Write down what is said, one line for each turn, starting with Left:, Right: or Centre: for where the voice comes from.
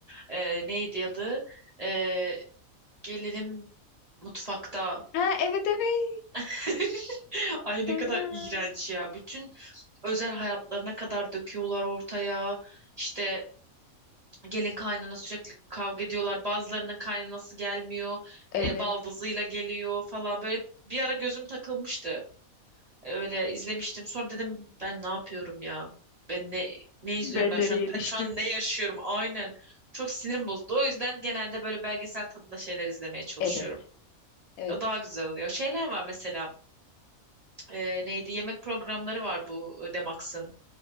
Right: Ee, neydi adı? Ee, Gelinim mutfakta.
Left: Ha evet evet.
Right: <laughs>
Left: Çok
Right: Ay
Left: fena.
Right: ne kadar iğrenç ya. Bütün özel hayatlarına kadar döküyorlar ortaya. İşte gelin kaynana sürekli kavga ediyorlar. Bazılarının kaynanası gelmiyor.
Left: Evet.
Right: E, baldızıyla geliyor falan. Böyle bir ara gözüm takılmıştı. E, Öyle izlemiştim. Sonra dedim ben ne yapıyorum ya? Ben ne ne izliyorum
Left: Ben
Right: ben
Left: nereye
Right: şu an?
Left: düştüm?
Right: Ben şu an ne yaşıyorum? Aynen. Çok sinirim bozuldu. O yüzden genelde böyle belgesel tadında şeyler izlemeye çalışıyorum.
Left: Evet. Evet.
Right: O daha güzel oluyor. Şeyler var mesela e, neydi yemek programları var bu e, Demax'ın.